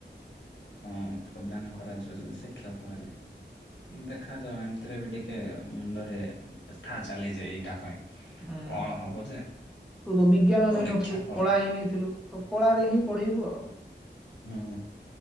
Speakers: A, on the left (about 75°); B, in the centre.
A: ହଁ ପ୍ରଦାନ କରାଯିବ ଯଦି ଶିକ୍ଷକ ହେଲେ। ଦେଖାଯାଉ ଏମିତିରେ ବି ଟିକେ ମୁଣ୍ଡରେ ବ୍ୟଥା ଚାଲିଯି ଏଇଟା ପାଇଁ।
B: ହୁଁ
A: କଣ ହବ ଯେ
B: ତୁ ତ ବିଜ୍ଞାନ
A: ପରୀକ୍ଷା
B: ନେଇନଥିଲୁ
A: ଫଳ
B: କଳା ହଁ ନେଇଥିଲୁ। ତ କଳାରେ ହିଁ ପଢେଇିବୁ ଆଉ।
A: ହୁଁ।